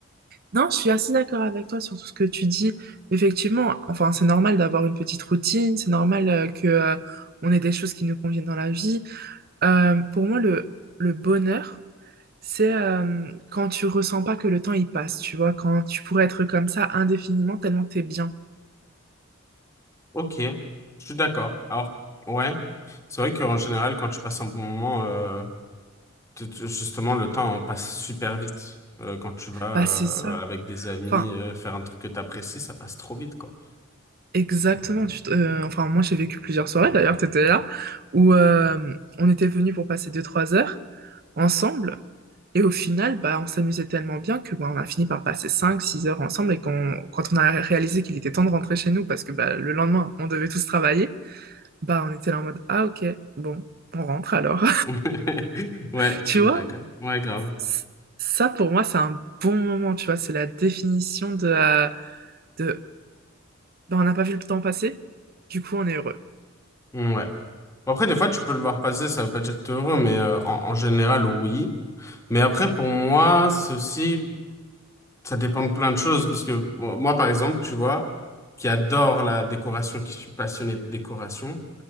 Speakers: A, on the right; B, on the left.
A: Non, je suis assez d'accord avec toi sur tout ce que tu dis. Effectivement, enfin, c'est normal d'avoir une petite routine, c'est normal euh, que euh, on ait des choses qui nous conviennent dans la vie. Euh, pour moi, le, le bonheur, C'est euh, quand tu ressens pas que le temps il passe, tu vois, quand tu pourrais être comme ça indéfiniment tellement t'es bien.
B: Ok, je suis d'accord. Alors, ouais, c'est vrai qu'en général, quand tu passes un bon moment, euh, Tu- tu- Justement, le temps passe super vite. Euh, quand tu vas
A: Bah
B: euh,
A: c'est ça.
B: avec des amis
A: Enfin,
B: euh, faire un truc que tu apprécies, ça passe trop vite, quoi.
A: exactement. Tu te- euh, enfin, moi j'ai vécu plusieurs soirées d'ailleurs, t'étais là, où euh, on était venus pour passer deux trois heures ensemble. Et au final, bah, on s'amusait tellement bien que bah, on a fini par passer cinq six heures ensemble. Et quand, quand on a réalisé qu'il était temps de rentrer chez nous, parce que bah, le lendemain, on devait tous travailler, bah, on était là en mode, ah ok, bon, on rentre alors.
B: <laughs>
A: <laughs>
B: Ouais, je
A: Tu
B: suis
A: vois?
B: d'accord. Ouais, grave.
A: c- Ça, pour moi, c'est un bon moment, tu vois. C'est la définition de, euh, de bah, on n'a pas vu le temps passer, du coup, on est heureux.
B: Ouais. Bon, Après, des fois, tu peux le voir passer, ça veut pas dire que t'es heureux, mais euh, en, en général, oui. Mais après, pour moi, ceci Ça dépend de plein de choses, parce que bon, moi, par exemple, tu vois, qui adore la décoration, qui suis passionné de décoration,